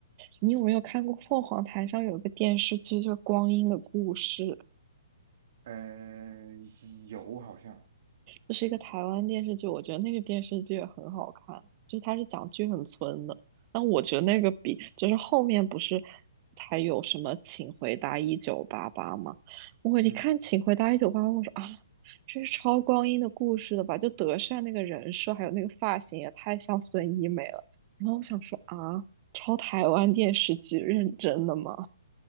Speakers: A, on the right; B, on the right.
A: 你有没有看过凤凰台上有一个电视剧叫《光阴的故事》？
B: 呃，有好像。
A: 这是一个台湾电视剧，我觉得那个电视剧也很好看，就是它是讲剧很村的，但我觉得那个比就是后面不是才有什么《请回答一九八八》吗？我一看《请回答一九八八》，
B: 嗯。
A: 我说啊，这是超光阴的故事的吧？就德善那个人设还有那个发型也太像孙一美了，然后我想说啊，超台湾电视剧认真的吗？